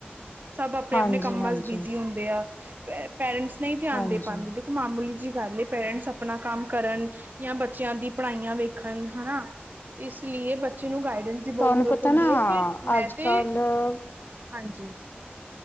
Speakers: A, on the right (about 50°); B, on the left (about 55°).
A: ਸਭ ਆਪਣੇ
B: ਹਾਂਜੀ
A: ਆਪਣੇ ਕੰਮਾਂ
B: ਹਾਂਜੀ
A: ਚ ਬਿਜੀ ਹੁੰਦੇ ਆ ਪੇਰੈਂਟਸ ਨਹੀਂ ਹੀ ਧਿਆਨ
B: ਹਾਂਜੀ
A: ਦੇ ਪਾਉਂਦੇ ਦੇਖੋ ਮਾਮੂਲੀ ਜਿਹੀ ਗੱਲ ਪੇਰੈਂਟਸ ਆਪਣਾ ਕੰਮ ਕਰਨ, ਜਾਂ ਬੱਚਿਆਂ ਦੀ ਪੜ੍ਹਾਈਆਂ ਵੇਖਣ ਹਨਾ ਤੇ ਇਸ ਲਈ ਬੱਚੇ ਨੂੰ ਗਾਈਡੈਂਸ, ਜੀ ਬਹੁਤ
B: ਤੁਹਾਨੂੰ
A: ਜ਼ਰੂਰਤ
B: ਪਤਾ
A: ਹੁੰਦੀ
B: ਨਾ
A: ਹੈ ਤੇ ਮੈਂ
B: ਅੱਜ
A: ਤੇ
B: ਕੱਲ
A: ਹਾਂਜੀ,